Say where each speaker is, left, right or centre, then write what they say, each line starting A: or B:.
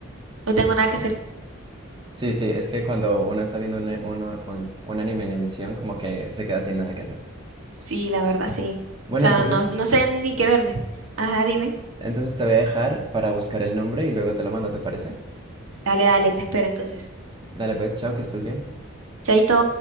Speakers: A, on the right (about 85°); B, on the right (about 20°).
A: no tengo nada que hacer.
B: Sí, sí, es que cuando uno está viendo un, uno- un- un anime en emisión, como que se queda sin nada que hacer.
A: Sí, la verdad, sí. O
B: Bueno,
A: sea,
B: entonces,
A: no, no no sé ni qué verme. Ajá, dime.
B: entonces te voy a dejar para buscar el nombre y luego te lo mando, ¿te parece?
A: Dale, dale, te espero entonces.
B: Dale pues, chao, que estés bien.
A: Chaito.